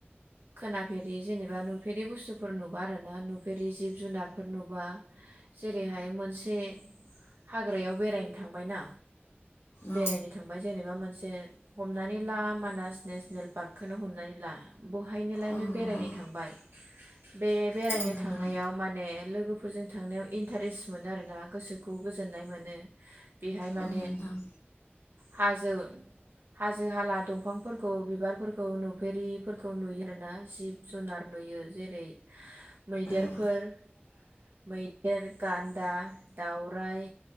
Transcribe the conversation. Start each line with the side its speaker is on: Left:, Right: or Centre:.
Right: खोनाफेरि जेनेबा फेरि बुस्थुफोर नुबा आरो ना नुफेरि जिब जुनारफोर नुबा जेरैहाय मोनसे हाग्रायाव बेरायनो थांबाय ना
Left: औ
Right: बेरायनो थांबाय जेनेबा मोनस जे हमनानै ला मानास नेसनेल पार्कखौनो हमनानै ला बहायनोलायनो
Left: औ नोंथां
Right: बेरायनो थांबाय बे बेरायनो
Left: औ
Right: थांनायाव
Left: नोंथां
Right: माने लोगो फोरजों थांनायाव इन्टारेस्ट मोनो आरोना गोसोखौ गोजोननाय मोनो। बेहाय माने
Left: औ नोंथां
Right: हाजो हाजो हाला दंफांफोरखौ बिबारफोरखौ नुफेरिफोरखौ नुयो आरोना जिब जुनार नुयो। जेरै मैदेरफोर
Left: औ
Right: मैदेर, गान्दा, दाउराइ,